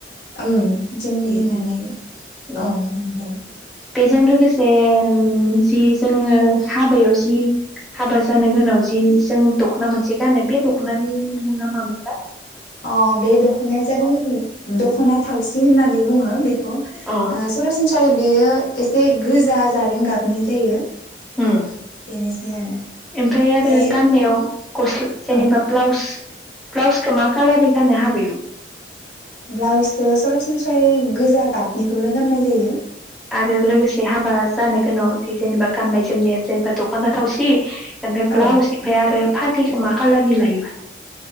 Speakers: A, on the left; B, in the centre.
A: उम जोंनि
B: उम
A: होननानै
B: उम
A: औ
B: उम
A: होनदों।
B: बेजों लोगोसे जि जोङो हाबायाव जि हाबा जानो गोनांआव जि जों दख'ना मोनसे गानो बे दख'नानि मुङा मामोन? हो
A: अ बे दख'नाया जाबाय दख'ना थावसि होननानै बुङो बे खौ
B: अ
A: सरासनस्रायै बेयो एसे गोजा जारें गाबनि जायो।
B: उम
A: बेनोसै आरो
B: ओमफाय
A: ओमफ्राय
B: आरो गाननायाव गस जेनेबा
A: औ
B: ब्लाउस ब्लाउसखौ मा खाालारनि गानो हाबायाव?
A: ब्लाउसखौ सरासनस्रायै गोजा गाबनिखौनो गाननाय जायो।
B: आरो लोगोसे हाबा जानो गोनां जेनेबा गाननाय जोमनाया जेनेबा दख'ना थावसि ओमफ्राय ब्लाउस
A: औ
B: ओमफ्राय आरो फालिखौ मा कालारनि लायोबा?